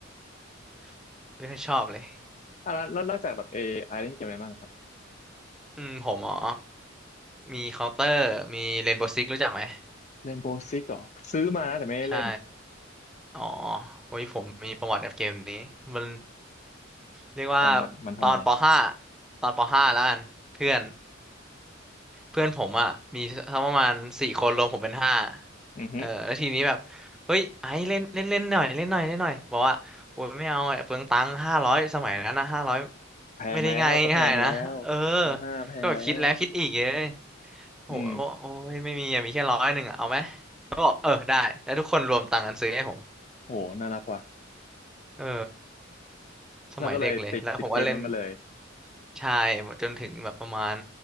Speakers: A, in the centre; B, on the left.
A: ๆ <laughs> ไม่ค่อยชอบเลย
B: อ่ะแล้วแล้วนอกจากแบบเอไอเล่นเกมอะไรบ้างครับ
A: อืมผมอ๋อมีเคาน์เตอร์มีเรนโบว์ซิกรู้จักไหม
B: เล่นโบสิกเหรอซื้อมานะแต่ไม่ได้เล่น
A: ใช่ อ๋อโอ้ยผมมีประวัติกับเกมนี้มันเรียกว่า
B: อ่ะมันมันทำไม
A: ตอนป .5 ตอนป .5 แล้วกันเพื่อนเพื่อนผมอ่ะมีทั้งประมาณสี่คนรวมผมเป็นห้า
B: อือฮึ
A: เออแล้วทีนี้แบบเฮ้ยไอ้เล่นเล่นเล่นหน่อยเล่นหน่อยเล่นหน่อยบอกว่าโอ้ยไม่เอาอะเปลืองตังค์ห้าร้อยสมัยนั้นนะห้าร้อย
B: แพงแล้วก็แพงแล้วปห้าแพงแล้ว
A: ไม่ได้ง่ายง่ายนะเออก็แบบคิดแล้วคิดอีกเลยโอ้โหโอ้ยไม่มีอะมีแค่ร้อยหนึ่งอ่ะเอาไหม
B: อืม
A: ก็บอกเออได้แล้วทุกคนรวมตังค์กันซื้อให้ผม
B: โหน่ารักว่ะ
A: เออ สมัยเด็กเลยแล้วผมก็เล่น
B: แล้วก็เลยติดติดเกมนั้นมาเลย
A: ใช่จนถึงแบบประมาณ